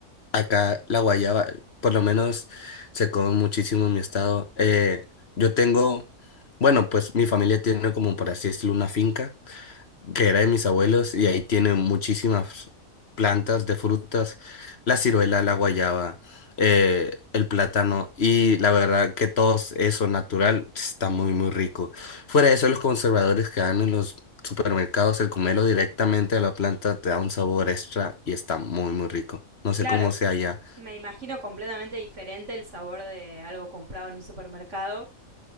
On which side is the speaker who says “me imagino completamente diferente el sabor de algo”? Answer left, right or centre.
Right